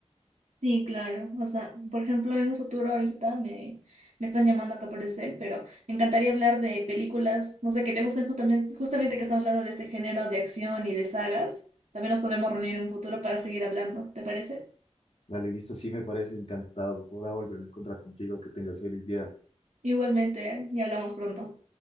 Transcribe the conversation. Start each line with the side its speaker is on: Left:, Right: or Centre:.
Right: Sí, claro. O sea, por ejemplo, en un futuro ahorita me, me están llamando acá por el cel, pero me encantaría hablar de películas, no sé, que te gusten justamente, justamente que estamos hablando de este género de acción y de sagas. También nos podremos reunir en un futuro para seguir hablando, ¿te parece?
Left: Dale, listo, sí me parece encantado. Voy a volverme a encontrar contigo. Que tengas feliz día.
Right: Igualmente, ¿eh? Y hablamos pronto.